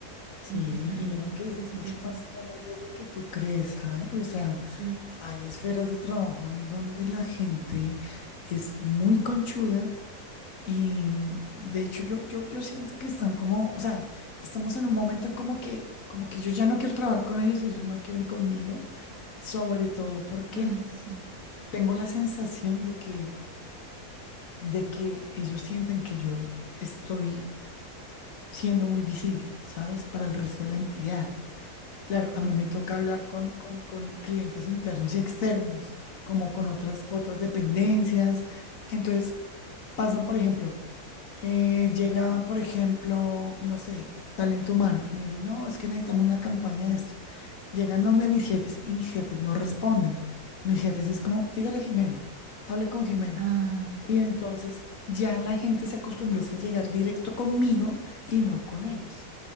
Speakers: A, on the left; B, on the right.
A: Sí,
B: como pues tan
A: y mira que es
B: desinteresados.
A: mucho más común de lo que tú crees, ¿sabes? O sea,
B: Sí.
A: hay esferas de trabajo en donde la gente es muy conchuda y mm, de hecho yo, yo, yo siento que están como, o sea, estamos en un momento como que, como que yo ya no quiero trabajar con ellos y ellos no quieren conmigo, sobre todo porque
B: Ay, sí.
A: tengo la sensación de que, de que ellos sienten que yo estoy siendo muy visible, ¿sabes? Para el resto de la entidad. Claro, a mí
B: Ah,
A: me toca hablar con, con, con clientes internos y externos, como con otras, otras dependencias. Entonces, pasan, por ejemplo, eh, llega, por ejemplo, no sé, talento humano y me dicen, no, es que necesitamos una campaña de esto. Llegan donde mis jefes y mis jefes no responden. Mis jefes es como, dígale a Jimena, hable con Jimena.
B: ah,
A: Y entonces ya la gente se acostumbró es a llegar directo conmigo y no con ellos.